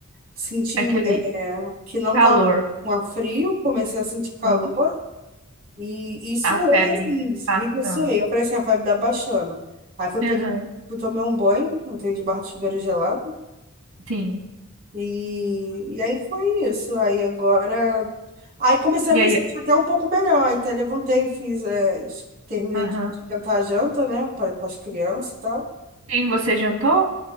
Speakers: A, on the right (about 45°); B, on the right (about 80°).
A: Senti,
B: Aquele
A: é, que não
B: calor.
A: tava com a frio, comecei a sentir calor
B: Aham.
A: e, e suei,
B: A febre
A: assim,
B: passando.
A: vi que eu suei. Eu falei assim, a vibe da baixando. Aí fui peguei,
B: Aham.
A: fui tomei um banho, entrei de barra de chuveiro gelado
B: Sim.
A: e, e aí foi isso. Aí agora, aí comecei
B: E
A: a me
B: aí,
A: sentir até um pouco melhor. Aí até levantei, fiz, é, es- terminei
B: aham.
A: de esquentar a janta, né, para as crianças e tal.
B: Sim, você jantou?